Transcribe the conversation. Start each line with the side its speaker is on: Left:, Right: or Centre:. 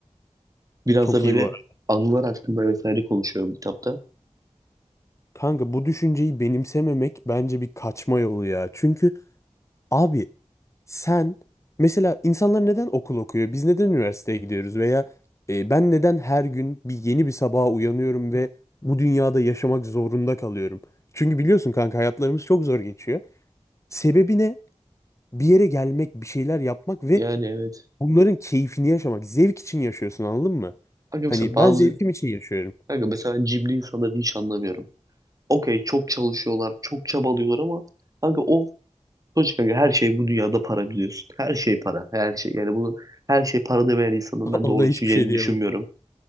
Right: Biraz
Left: Çok
Right: da böyle
Left: iyi bu arada.
Right: anılar hakkında vesaire konuşuyorum kitapta.
Left: Kanka bu düşünceyi benimsememek bence bir kaçma yolu ya. Çünkü abi Sen mesela insanlar neden okul okuyor? Biz neden üniversiteye gidiyoruz? Veya e, ben neden her gün bir yeni bir sabaha uyanıyorum ve bu dünyada yaşamak zorunda kalıyorum? Çünkü biliyorsun kanka hayatlarımız çok zor geçiyor. Sebebi ne? Bir yere gelmek, bir şeyler yapmak ve
Right: Yani evet.
Left: bunların keyfini yaşamak. Zevk için yaşıyorsun anladın mı?
Right: Kanka
Left: Hani
Right: mesela bazı
Left: ben zevkim için yaşıyorum.
Right: Kanka mesela cimri insanları hiç anlamıyorum. Okey çok çalışıyorlar, çok çabalıyorlar ama kanka o sonuçta kanka her şey bu dünyada para biliyorsun. Her şey para, her şey. Yani bunu her şey para demeyen insanın
Left: <laughs>
Right: ben
Left: Ona
Right: doğru
Left: hiçbir
Right: düşüneceğini
Left: şey diyemem.
Right: düşünmüyorum.